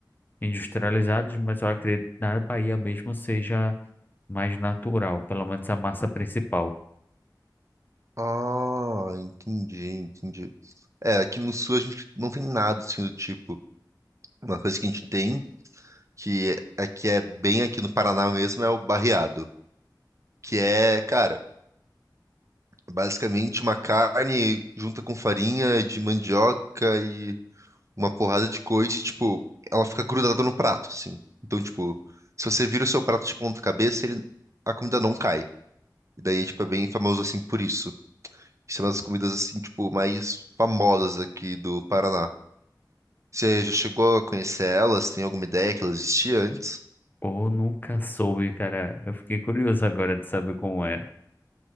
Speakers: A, on the left; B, on the right.
A: industrializados, mas eu acredito que na Bahia mesmo seja mais natural, pelo menos a massa principal.
B: Ah, entendi, entendi. É, aqui no sul a gente não tem nada assim do tipo. Uma coisa que a gente tem, que aqui é bem aqui no Paraná mesmo, é o barreado. Que é, cara, basicamente uma carne junta com farinha de mandioca e uma porrada de coisa e, tipo, ela fica grudada no prato, assim. Então, tipo, se você vira o seu prato de ponta cabeça, ele, a comida não cai. E daí, tipo, é bem famoso assim por isso. Isso é uma das comidas, assim, tipo, mais famosas aqui do Paraná. Você já chegou a conhecer elas? Tem alguma ideia que elas existiam antes?
A: Ou nunca soube, cara. Eu fiquei curioso agora de saber como era.